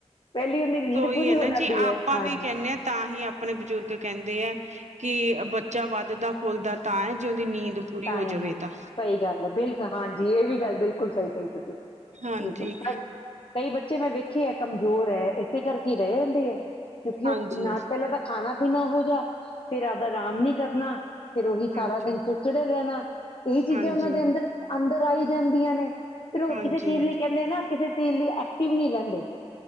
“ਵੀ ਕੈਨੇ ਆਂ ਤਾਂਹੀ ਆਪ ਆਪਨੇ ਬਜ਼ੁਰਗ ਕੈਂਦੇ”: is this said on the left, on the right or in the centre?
Right